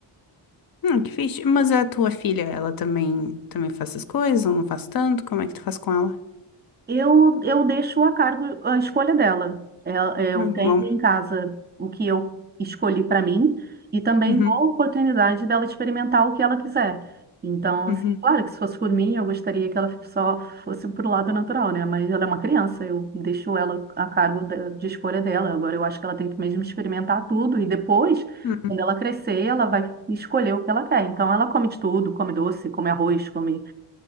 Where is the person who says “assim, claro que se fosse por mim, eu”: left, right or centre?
Right